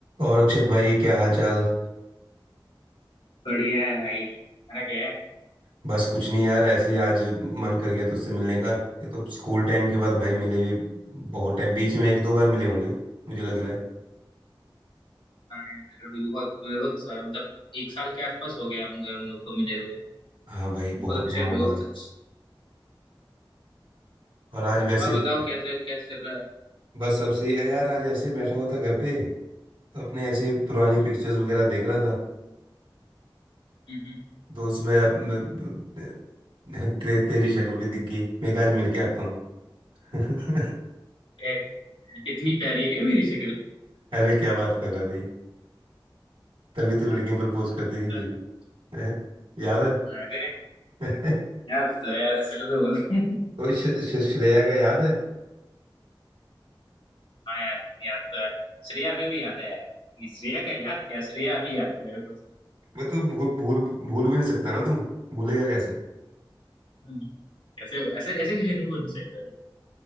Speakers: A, on the right (about 75°); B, on the left (about 75°).
A: और अक्षत भाई क्या हाल चाल
B: बढ़िया है भाई मेरा क्या है
A: बस कुछ नहीं यार ऐसे ही आज मन कर गया तुझसे मिलने का ये तो स्कूल टाइम के बाद भाई मिले भी बहुत टाइम बीच में एक दो बार मिले होंगे मुझे लग रहा है
B: हाँ, अभी बहुत बहुत सा- मतलब एक साल के आसपास हो गया होंगे हम लोग को मिले हुए
A: हाँ भाई
B: बहुत
A: बहुत
B: अच्छे
A: टाइम
B: हैं
A: हो
B: बहुत
A: गया यार।
B: अच्छे
A: और आज वैसे
B: और
A: भी
B: बताओ कैसे कैसे चल रहा है
A: बस सबसे यार आज ऐसे ही बैठा हुआ था घर पे तो अपने ऐसे पुरानी
B: हम्म
A: पिक्चर्स वगैरह देख रहा था
B: हम्म
A: तो उसमें अप- ते, तेरी शक्ल भी दिख गई मैं कहा आज मिलके आता हूँ <laughs>
B: ए, इतनी प्यारी है क्या मेरी शक्ल
A: अरे क्या बात कर रहा है भाई तभी तो लड़कियां प्रपोज करती
B: अच्छा,
A: थी तुझे <laughs> याद
B: अरे
A: है <laughs>
B: याद तो है यार इसलिए तो बोल रहा हूँ।
A: वो श, श, श्रेया का याद है
B: हाँ यार याद तो है श्रेया अभी भी याद है यार नहीं, श्रेया का याद क्या श्रेया अभी याद है मेरे को
A: मैं तो भूल भूल भूल भी नहीं सकता ना तू भूलेगा कैसे
B: हम्म, ऐसे ऐसे ऐसी चीजें नहीं बोलनी चाहिए भाई